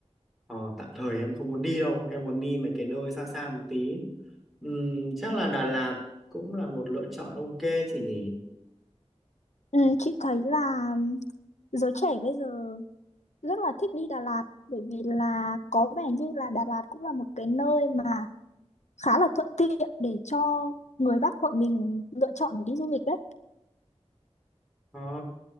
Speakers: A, in the centre; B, on the left (about 85°).
A: ờ, tạm thời em không muốn đi đâu. Em muốn đi mấy cái nơi xa xa một tí. Ừm, chắc là Đà Lạt cũng là một lựa chọn ok chị nhỉ?
B: Ừm, chị thấy là giới trẻ bây giờ rất là thích đi Đà Lạt bởi vì là có vẻ như là Đà Lạt cũng là một cái nơi mà khá là thuận tiện để cho người Bắc bọn mình lựa chọn để đi du lịch đấy.
A: Ờ.